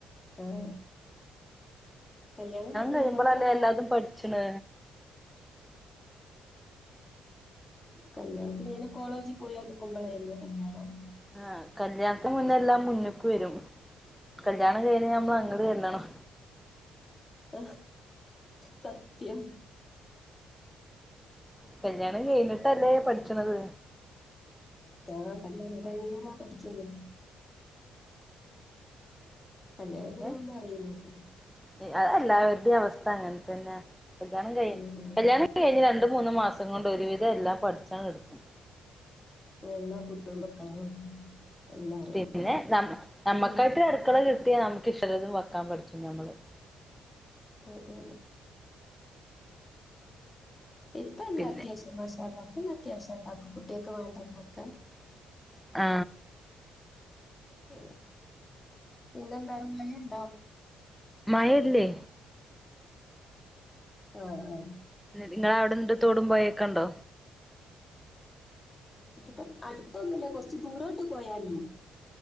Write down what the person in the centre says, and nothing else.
കഴിയുമ്പളല്ലേ
എല്ലാതും
പഠിച്ച്ണ്
ആ കല്യാണത്തിന് മുന്ന എല്ലാം മുന്നക്ക് വരും കല്യാണം കഴിഞ്ഞ നമ്മള് അങ്ങട്ട് ചെല്ലണം
കല്യാണ് കഴഞ്ഞിട്ടല്ലേ പഠിച്ചണത്
പിന്നെ
അതല്ലാവ ഈ അവസ്ഥ അങ്ങനെ തന്നെയാ കല്യാണം കഴിഞ്ഞ്
കല്യാണം കഴിഞ്ഞതാണ്. രണ്ട് മൂന്ന് മാസം കൊണ്ട് ഒരുവിധം എല്ലാം പഠിച്ചാങ്ങ് എടുക്കും
പിന്നെ നമ്മ നമുക്കായിട്ട്
അടുക്കള കി നമുക്ക് ഇഷ്ടള്ളത് വെക്കാൻ പഠിച്ചു ഞമ്മള്
പിന്നെ
ആ
മഴയില്ലെ
നിങ്ങളെ അവിടെ എന്നിട്ട് തോടും പോയൊക്കൊണ്ടോ